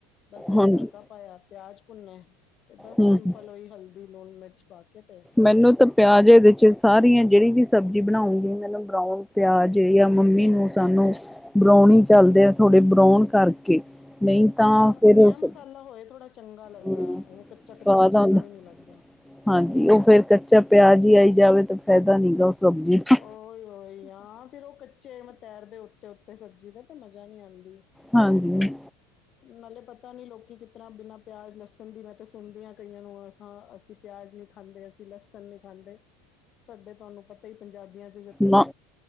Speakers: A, on the left (about 45°); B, in the centre.
A: ਬਸ ਇਹ
B: ਹਾਂਜੀ
A: ਤੜਕਾ ਪਾਇਆ। ਪਿਆਜ ਭੁੰਨੇ ਤੇ ਬਸ
B: ਹਮ
A: ਸਿੰਪਲ ਉਹੀ ਹਲਦੀ ਹਲਦੀ, ਲੂਣ, ਮਿਰਚ ਪਾ ਕੇ ਤੇ
B: ਮੈਨੂੰ ਤਾਂ ਪਿਆਜ਼ ਇਹਦੇ ਚ, ਸਾਰੀਆਂ ਜਿਹੜੀ ਵੀ ਸਬਜ਼ੀ ਬਣਾਉਂਗੀ। ਮੈਨੂੰ ਬਰਾਊਨ ਪਿਆਜ਼ ਜਾਂ ਮੰਮੀ ਨੂੰ ਸਾਨੂੰ ਬਰਾਉਣੀ ਚੱਲਦੇ ਆ ਥੋੜੇ ਬਰਾਉਣ ਕਰਕੇ ਨਹੀਂ ਤਾਂ
A: ਹਾਂ
B: ਫਿਰ
A: ਭੁੰਨਿਆ
B: ਉਸ
A: ਮਸਾਲਾ ਹੋਏ ਥੋੜ੍ਹਾ ਚੰਗਾ ਲੱਗਦਾ
B: ਹੂੰ
A: ਹੈ। ਐਵੇਂ ਕੱਚਾ-
B: ਸਵਾਦ
A: ਕੱਚਾ ਚੰਗਾ
B: ਆਉਂਦਾ
A: ਵੀ ਨਹੀਂ ਲੱਗਦਾ
B: ਹਾਂਜੀ ਉਹ ਫੇਰ ਕੱਚਾ ਪਿਆਜ ਈ ਆਈ ਜਾਵੇ ਤਾਂ ਫਾਇਦਾ ਨੀ ਗਾ ਉਹ ਸਬਜ਼ੀ ਦਾ
A: ਓਹੀ- ਓਹੀ ਆਂ ਫੇਰ ਉਹ ਕੱਚੇ ਏਵੇ ਤੈਰਦੇ ਉੱਤੇ- ਉੱਤੇ ਸਬਜ਼ੀ ਦਾ ਤੇ ਮਜ਼ਾ ਨਹੀਂ ਆਉਂਦੀ
B: ਹਾਂਜੀ
A: ਨਾਲੇ ਪਤਾ ਨੀ। ਲੋਕੀ ਕਿਸ ਤਰ੍ਹਾਂ ਬਿਨਾਂ ਪਿਆਜ, ਲਸਣ ਦੀ ਮੈਂ ਤੇ ਸੁਣਦੀ ਹਾਂ ਕਈਆਂ ਨੂੰ ਅਸੀਂ ਪਿਆਜ ਨੀ ਖਾਂਦੇ। ਅਸੀਂ ਲਸਣ ਨੀ ਖਾਂਦੇ। ਸਾਡੇ ਤੁਹਾਨੂੰ ਪਤਾ ਈ ਪੰਜਾਬੀਆਂ ਚ ੱ ਤੇ
B: ਨਾ